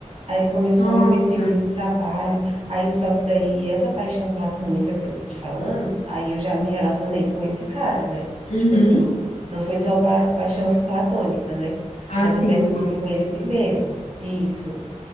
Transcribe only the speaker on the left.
Nossa.
Uhum.
Ah,
sim,
sim.